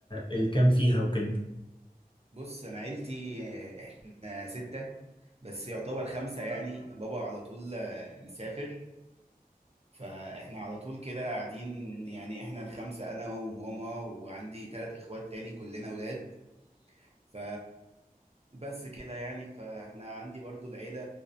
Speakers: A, on the left (about 30°); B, on the right (about 40°).
A: الكام فيها وكده
B: بص انا عيلتي آه، احنا سته بس يعتبر خمسه يعني بابا على طول آه، مسافر فاحنا على طول كده قاعدين يعني احنا الخمسه انا وماما وعندي ثلاث اخوات تاني كلنا اولاد ف بس كده يعني فاحنا عندي برضو العيلة